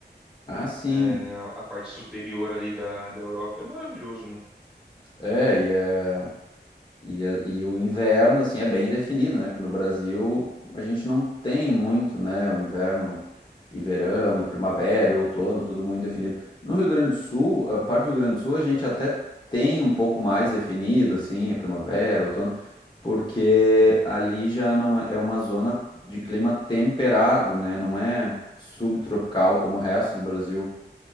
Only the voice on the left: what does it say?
Ah, sim.
É, e é. E, a- e o inverno, assim, é bem definido, né? Que no Brasil a gente não tem muito, né? O inverno e verão, e primavera, e outono, tudo muito definido. No Rio Grande do Sul, a parte do Rio Grande do Sul a gente até tem um pouco mais definido, assim, a primavera, outono, porque ali já não é, é uma zona de clima temperado, né? Não é subtropical como o resto do Brasil.